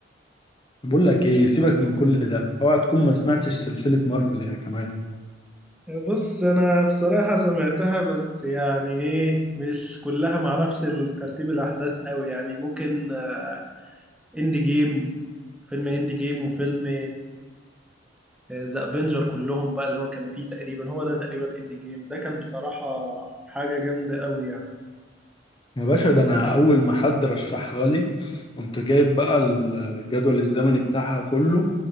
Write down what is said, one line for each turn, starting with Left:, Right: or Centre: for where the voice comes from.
Left: بقول لك ايه سيبك من كل ده اوعى تكون ما سمعتش سلسلة مارفل يا كمان
Centre: بص انا بصراحة سمعتها بس يعني ايه مش كلها معرفش ترتيب الاحداث قوي يعني ممكن آه، اندي جيم فيلم اندي جيم وفيلم ذا افنجر كلهم بقى اللي هو كانوا فيه تقريبا هو ده تقريبا اندي جيم ده كان بصراحة حاجة جامدة قوي يعني
Left: يا باشا ده انا اول ما حد رشحها لي قمت جايب بقى الجدول الزمني بتاعها كله